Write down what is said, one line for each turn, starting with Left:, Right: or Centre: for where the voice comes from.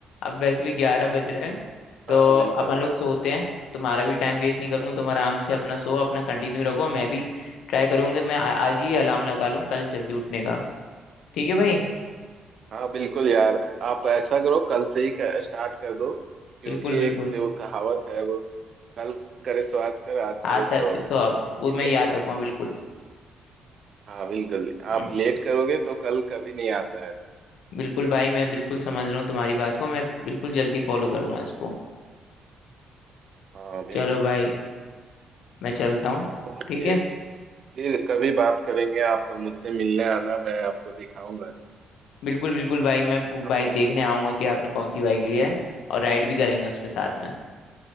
Left: अब वैसे भी ग्यारह बज रहे हैं तो
Right: हाँ बिल्कुल
Left: अपन लोग
Right: यार
Left: सोते हैं तुम्हारा भी टाइम वेस्ट नहीं करूंगा तुम आराम से अपना सो अपना कंटिन्यू रखो मैं भी ट्राई करूंगा मैं आ- आज ही अलार्म लगा लूँ कल जल्दी उठने का ठीक है भाई
Right: हाँ बिल्कुल यार आप ऐसा करो कल से ही स्टार्ट कर दो क्योंकि
Left: बिल्कुल बिल्कुल
Right: एक जो कहावत है वो कल करे सो आज कर आज करे
Left: आज सर
Right: सो अब
Left: सो अब
Right: लेकिन
Left: वो मैं
Right: ये
Left: याद रखूंगा बिल्कुल
Right: हाँ बिल्कुल
Left: हम्म।
Right: आप लेट करोगे तो कल कभी नहीं आता है
Left: बिल्कुल भाई मैं बिल्कुल समझ रहा हूँ तुम्हारी बात को मैं बिल्कुल जल्दी फॉलो करूंगा इसको
Right: हाँ बिल्कुल
Left: चलो भाई मैं चलता हूँ
Right: ओके
Left: ठीक है
Right: फिर कभी बात करेंगे आप मुझसे मिलने आना मैं आपको दिखाऊंगा
Left: बिल्कुल बिल्कुल भाई मैं
Right: अपने
Left: बाइक देखने आऊंगा कि आपने कौन सी बाइक ली है और राइड
Right: हाँ
Left: भी
Right: बिल्कुल
Left: करेंगे उस पे साथ में